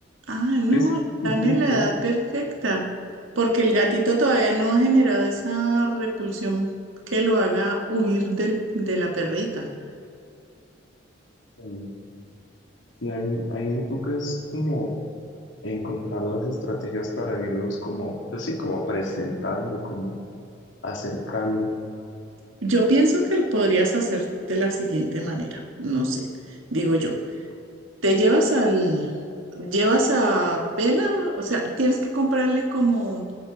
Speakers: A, on the right (about 80°); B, on the left (about 65°).
A: Ah, no,
B: es
A: están
B: chiquitico.
A: en la edad perfecta, porque el gatito todavía no ha generado esa repulsión que lo haga huir del- de la perrita.
B: Sí, sí, hay, hay una tuca es como... encontrar las estrategias para irlos como, pues sí, como presentando, como acercando,
A: Yo pienso que lo podrías hacer de la siguiente manera, no sé, digo yo. Te llevas al, llevas a Vela, o sea, tienes que comprarle como